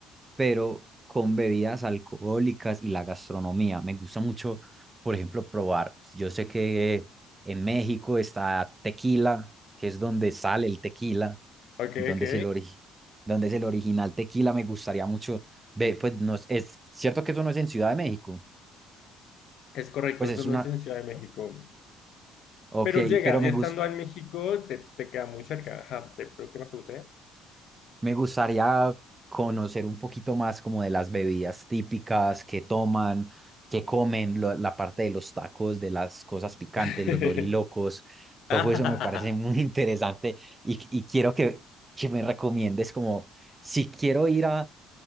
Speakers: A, on the right; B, on the left.
A: pero con bebidas alcohólicas y la gastronomía. Me gusta mucho, por ejemplo, probar. Yo sé que en México está tequila, que es donde sale el tequila,
B: Ok,
A: donde
B: ok.
A: es el ori- donde es el original tequila. Me gustaría mucho ve, pues no es es cierto que eso no es en Ciudad de México.
B: Es correcto,
A: Pues
B: eso
A: es
B: no
A: una,
B: es en Ciudad de México.
A: ok,
B: Pero llegas,
A: pero me
B: ya estando
A: gusta.
B: en México, te, te queda muy cerca. Ajá, te- pero ¿qué más te gustaría?
A: Me gustaría conocer un poquito más como de las bebidas típicas que toman, que comen, lo- la parte de los tacos, de las cosas picantes,
B: <laughs>
A: los dorilocos. Todo
B: Ah.
A: eso me parece <laughs> muy interesante y, y quiero que, que me recomiendes como si quiero ir a,